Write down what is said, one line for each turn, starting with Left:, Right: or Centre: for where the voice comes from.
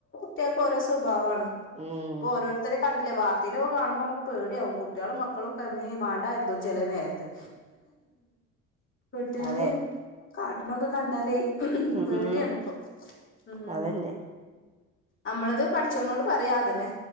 Left: ട്ട്യാക്ക് ഓരോ സ്വഭാവാണ്
Right: ഉം
Left: ഇപ്പൊ ഓരോ ര്ത്തരെ കണ്ട്ല്ലേ വാർത്തീലൊക്കെ കാണുമ്പോ അമുക്ക് പേടിയാവും കുട്ടിയാളും മക്കളും ഒക്കെ മേ മാണ്ടാര്തും ചെലേ നേരത്ത് കുട്ടിയാള്
Right: അതെ
Left: കാട്ട്ണൊക്കെ കണ്ടാലേ
Right: ഉം
Left: പേടിയാണ് ഇപ്പൊ ഉം
Right: അതന്നെ
Left: അമ്മൾത് പട്ച്ചോനോട് പറയാ അതന്നെ